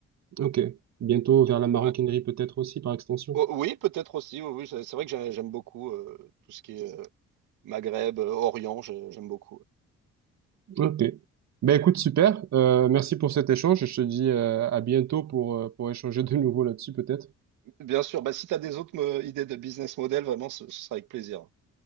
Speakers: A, on the right; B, on the right.
A: Ok. Bientôt vers la maroquinerie
B: Ouais.
A: peut-être aussi par extension.
B: O oui, peut-être aussi, oui, oui, c'est c'est vrai que j'ai j'aime beaucoup, heu, tout ce qui est, heu, Maghreb, heu, Orient, je j'aime beaucoup, ouais.
A: Ok. Ben écoute, super. Euh, merci pour cet échange. et Je te dis euh, à bientôt pour, euh, pour échanger de nouveau là-dessus peut-être.
B: Bien sûr, bah, si tu as des autres me idées de business model, vraiment, ce ce sera avec plaisir.